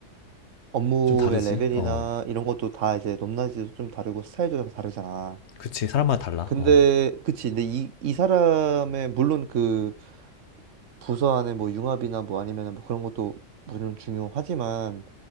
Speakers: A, on the right (about 70°); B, on the left (about 60°).
A: 업무의
B: 좀 다르지?
A: 레벨이나
B: 어.
A: 이런 것도 다 이제 높낮이도 좀 다르고 스타일도 다 다르잖아.
B: 그치. 사람마다 달라.
A: 근데,
B: 어.
A: 그치. 근데 이, 이 사람의, 물론 그 부서 안에 뭐 융합이나 뭐 아니면 뭐 그런 것도 물론 중요하지만,